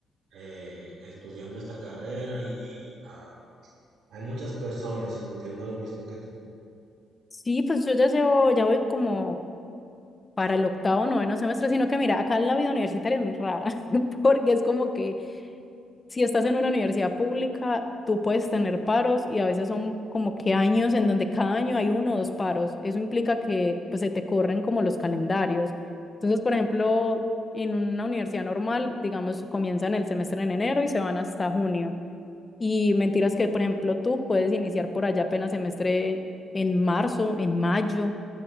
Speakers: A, on the right; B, on the left.
A: eh, estudiando esta carrera? Y, y, ah, hay muchas personas estudiando lo mismo que tú.
B: Sí, pues yo ya llevo, ya voy como para el octavo, noveno semestre, sino que mira, acá la vida universitaria es muy rara, <laughs> porque es como que si estás en una universidad pública, tú puedes tener paros y a veces son como que años en donde cada año hay uno o dos paros. Eso implica que pues se te corren como los calendarios. Entonces, por ejemplo, en una universidad normal, digamos, comienzan el semestre en enero y se van hasta junio. Y mentiras que, por ejemplo, tú puedes iniciar por allá apenas semestre en marzo, en mayo.